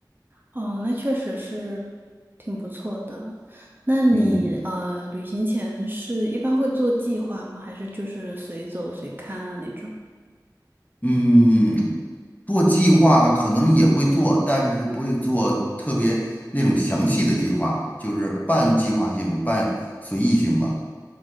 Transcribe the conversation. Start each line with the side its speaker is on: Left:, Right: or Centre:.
Right: 哦，那确实是挺不错的。那你呃，
Left: 嗯。
Right: 旅行前是一般会做计划吗？还是就是随走随看啊那种？
Left: 嗯，做计划可能也会做，但是不会做特别那种详细的计划，就是半计划性、半随意性吧，